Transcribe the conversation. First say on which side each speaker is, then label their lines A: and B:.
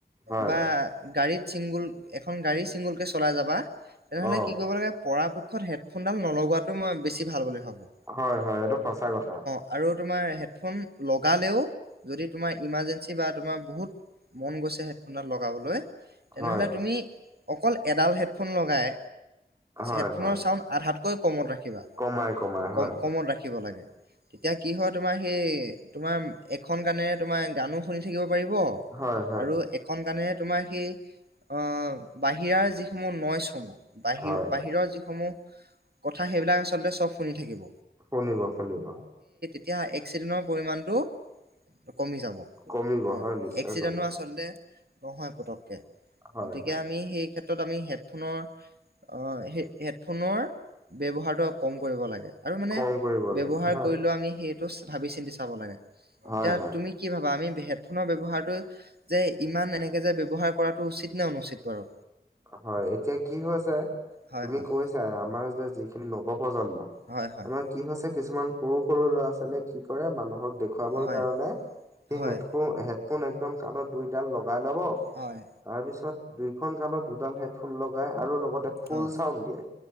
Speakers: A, on the right (about 15°); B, on the right (about 65°).
A: হয়
B: বা গাড়ীত চিংগুল এখন গাড়ী চিংগুলকে চলাই যাবা তেনেহ'লে
A: অ
B: কি কৰিব লাগে পৰাপক্ষত হেড ফোনডাল নলগোৱাটো মই বেছি ভাল বুলি ভাবোঁ।
A: হয় হয় এইটো সচা কথা।
B: আৰু তোমাৰ হেডফোন লগালেও। যদি তোমাৰ ইমাৰ্জেঞ্চি বা তোমাৰ বহুত মন গৈছে হেডফোনডাল লগাবলৈ তেনেহলে
A: হয়
B: তুমি অকল এডাল হেডফোন লগাই,
A: হয়
B: হেডফোনৰ
A: হয়
B: চাউণ্ড আধাতকৈ কমত ৰাখিবা।
A: কমাই কমাই হয়
B: কম কমত ৰাখিব লাগে। তেতিয়া কি হয় তোমাৰ সেই তোমাৰ এখন কানেৰে তোমাৰ গানো শুনি থাকিব পাৰিব
A: হয় হয়
B: আৰু এখন কানেৰে তোমাৰ সেই অ বাহিৰাৰ যিসমূহ নয়চসমূহ বাহি
A: হয়
B: বাহিৰৰ যিসমূহ কথা সেইবিলাক আচলতে চব শুনি থাকিব।
A: শুলিব শুনিব।
B: এতিয়া এস্কচিডেন পৰিমানটো কমি যাব
A: কমিব
B: অ
A: হয় নিশ্চয়
B: এক্সিদেনো
A: কমিব
B: আচলতে নহয় পতককে,
A: হয়
B: গতিকে
A: হয়
B: আমি সেই ক্ষেত্ৰ ত আমি হেডফোনৰ অ হে হেডফোনৰ ব্যৱহাৰটো কম কৰিব লাগে আৰু মানে
A: কম কৰিব
B: ব্যৱহাৰ
A: লাগে হয়
B: কৰিলেও আমি সেই টো ভাবি চিন্তি চাব লাগে,
A: হয়
B: এতিয়া
A: হয়
B: তুমি কি ভাবা আমি হে ড ফোনৰ ব্যৱহাৰটো যে ইমান এনেকে যে ব্যৱহাৰ কৰাটো উচিত নে, অনুচিত বাৰু?
A: হয়, এতিয়া কি হৈছে
B: হয়,
A: তুমি
B: হয়,
A: কৈছাই আমাৰ যেতিয়া যিখিনি নৱ- প্ৰজন্ম,
B: হয়, হয়,
A: আমাৰ কি হৈছে কিছুমান সৰু সৰু ল'ৰা- ছোৱালীয়ে কি কৰে মানুহক দেখ দেখুৱাবৰ
B: হয়,
A: কাৰণে সেই
B: হয়,
A: হেডফোন হেডফোন একদম কাণত দুইডাল লগাই ল'ব
B: হয়,
A: তাৰপিছত দুইখন কাণত দুডাল হেডফুন লগাই আৰু লগতে ফুল
B: অ',
A: চাউণ্ড দিয়ে।